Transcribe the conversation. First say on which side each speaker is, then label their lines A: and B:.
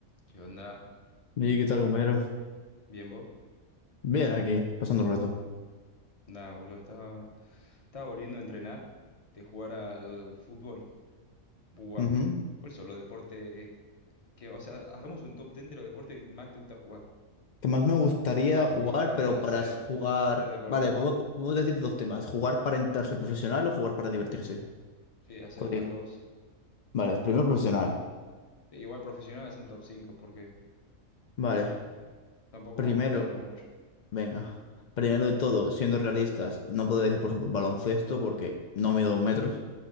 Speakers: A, on the left; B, on the left.
A: ¿Qué onda?
B: ¿Y qué tal, compañero?
A: ¿Bien vos?
B: Bien, aquí, pasando el rato.
A: Nada, boludo, estaba, estaba volviendo a entrenar de jugar al fútbol. Buah.
B: Ujú.
A: ¿Cuáles son los deportes que, o sea, hagamos un top 10 de los deportes que más te gusta jugar?
B: Que más me gustaría
A: Bueno,
B: jugar,
A: que jugar,
B: pero
A: que hacer,
B: para s- jugar.
A: hacer deporte.
B: Vale, podemos, podemos decir dos temas: jugar para entrarse profesional o jugar para divertirse.
A: Sí, hacer
B: ¿Cuál
A: las
B: diría?
A: dos.
B: Vale, primero profesional.
A: E igual profesional es un top 5 porque
B: Vale,
A: yo creo que tampoco
B: primero,
A: vamos a explayarnos mucho.
B: venga. Primero de todo, siendo realistas, no podría decir, por ejemplo, baloncesto porque no mido dos metros.